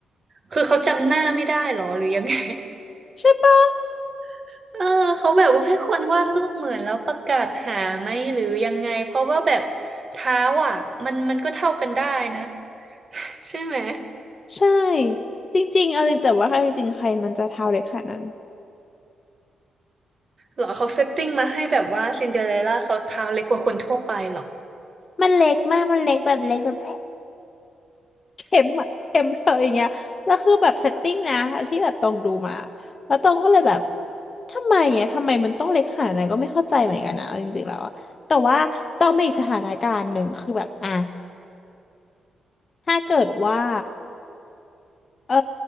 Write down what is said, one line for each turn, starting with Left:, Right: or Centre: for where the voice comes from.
Right: คือเขาจำหน้าไม่ได้หรอหรือยังไง
Left: ใช่ปะ
Right: <laughs> เออเขาแบบว่าให้คนวาดรูปเหมือนแล้วประกาศหาไหมหรือยังไงเพราะว่าแบบเท้าอ่ะมันมันก็เท่ากันได้นะใช่ไหม
Left: ใช่จริงๆเอาจริงแต่ว่าเอาจริงๆใครมันจะเท้าเล็กขนาดนั้น
Right: หรอเขาเซตติ้งมาให้แบบว่าซินเดอเรลล่าเขาเท้าเล็กกว่าคนทั่วไปหรอ
Left: มันเล็กมากมันเล็กแบบเล็กแบบเข็มอะเข็มเธออย่างเงี้ยแล้วคือแบบเซตติ้งนะที่แบบตองดูมาแล้วตองก็เลยแบบทำไมอ่ะทำไมมันต้องเล็กขนาดนั้นก็ไม่เข้าใจเหมือนกันนะเอาจริงๆแล้วอะแต่ว่าตองมีอีกสถานการณ์หนึ่งคือแบบอ่ะถ้าเกิดว่าเออ